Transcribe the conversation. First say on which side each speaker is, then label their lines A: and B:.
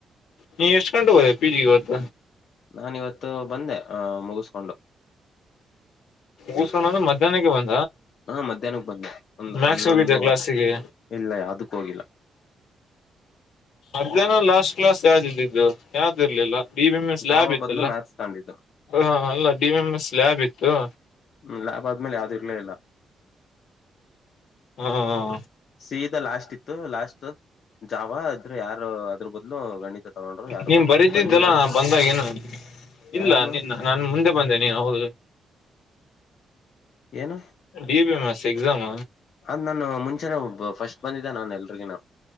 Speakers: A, on the left; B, on the left.
A: ನೀ ಎಷ್ಟ್ ಕಂು ಹೋಗೋದ ಪಿ ಜಿಗೆ ಹೊತ
B: ನಾಾನ ಇವತ್ತು ಬಂದೆ ಆಹ ಮುಗಿಸ್ಕೊಂಡು
A: ಮುಸೋಣ ಮಧ್ಯಾಹ್ನಕ್ಕೆ ಬಂತ
B: ಹಾ ಮಧ್ಯಾಹ್ನಕ್ ಬಂದೆ ಒಂದ್
A: ಮ್ಯಾಕ್ಸ್
B: ಹನ್ನೊಂದು
A: ಹೋಗಿದ್ದೆ ಕ್ಲಾಸಿಗೆ
B: ಇಲ್ಲ ಯಾವ್ದಕ್ಕ ಹೋಗಿಲ್ಲ
A: ಇದನ ಲಾಸ್ಟ್ ಕ್ಲಾಸ್ ಯಾವ್ದ ಇದಿದ್ದು ಯಾವ್ದ್ ಇರ್ಲಿಲ್ಲ ಡಿ ಎಂ್ ಎಸ್
B: ಜಾವ
A: ಲ್ಯಾಬ್ ಇತ್ತಲ್ಲ
B: ಬದ್ಲು ಮ್ಯಾಥ್ಸ್ ತಗೊಂಡಿದ್ದೆ
A: ಹ ಅಲ್ಲ ಡಿ ಎಂ ಎಸ್ ಲ್ಯಾಬ್ ಇತ್ತು ತೋ
B: ಹ್ಮ್ ಲ್ಯಭ ಆದ್ಮೇಲೆ ಯಾವ್ದು ಇರ್ಲೇ ಇಿಲ್ಲ
A: ಹ್ಮ ಹ
B: ಸೀದಾ ಲಾಸ್ಟ್ ಇತ್ತು ಲಾಸ್ಟ್ ಜಾವ ಅದ್ರ ಯಾರು ಅದ್ರ ಬದ್ಲು ಗಣಿತ ತಗೊಂಡರು ಯಾರು
A: ನೀನ್
B: ಬರ್
A: ಬರೀತಿದ್ದಲ್ಲ
B: ಬಂದಿದರು ಅನ್ಸ
A: ನಾ ಬಂದಾಗೇನು ಇಲ್ಲ
B: ಯಾರನು
A: ನಿನ್ನ ನಾನು ಮುಂದೆ ಬಂದೆ ನೀನು ಹೌದು
B: ಏನು
A: D B M S exam
B: ಅದ್ ನಾನು ಮುಂಚೆನೆ ಫಸ್ಟ್ ಬಂದಿದ್ದೆ ನಾನು ಎಲ್ರಿಗಿನ